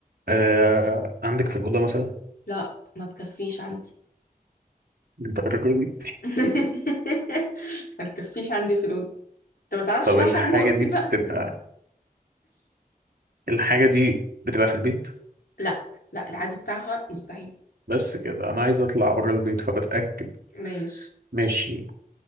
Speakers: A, on the right; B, on the left.
A: آه عندك في الاوضه مثلا
B: لا ما تكفيش عندي
A: الدرجه دي
B: <laughs> ما تكفيش عندي في الأوضة انت ما تعرفش
A: طب
B: بقى
A: الحاجه
B: حجم اوضتي
A: دي بتبقى
B: بقى
A: الحاجه دي بتبقى في البيت
B: لا لا العادي بتاعها مستحيل
A: بس كده انا عايز اطلع بره البيت فبتاكد
B: ماشي
A: ماشي